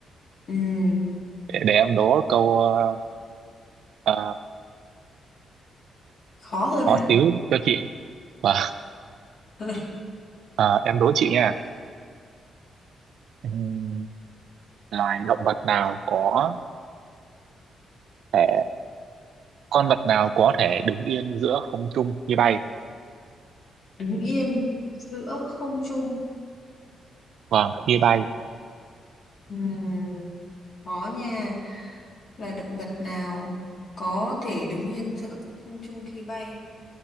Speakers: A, on the left; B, on the right.
A: Ừm,
B: Để, để em đố câu ờ, ờ,
A: khó hơn
B: khó
A: hả?
B: xíu cho chị. Vâng,
A: <laughs>
B: Ờ, em đố chị nha. Ừm, Loài động vật nào có thể, con vật nào có thể đứng yên giữa không trung khi bay?
A: đứng yên giữa không trung
B: Vâng, khi bay.
A: Ừm, khó nha là động vật nào có thể đứng yên giữa không trung khi bay